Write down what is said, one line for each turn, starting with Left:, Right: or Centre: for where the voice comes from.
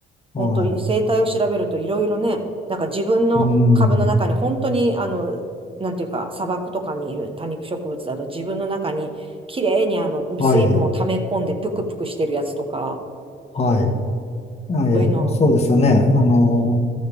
Left: はい。
Right: 本当に生態を調べるといろいろね、なんか自分の株の中に本当に、
Left: うん。
Right: あの、なんていうか、砂漠とかにいる多肉植物だと自分の中にきれいにあの水分を溜め込んでぷくぷくしてるやつとか、
Left: はい。はい。あいえ、
Right: そういうの、
Left: そうですよね。あの、